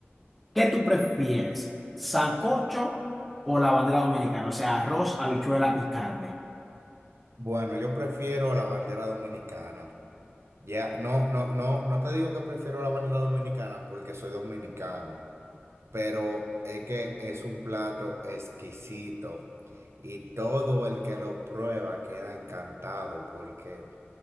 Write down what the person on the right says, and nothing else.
Bueno, yo prefiero la bandera dominicana. Ya, no, no, no, no te digo que prefiero la bandeja dominicana porque soy dominicano, pero es que es un plato exquisito y todo el que lo prueba queda encantado porque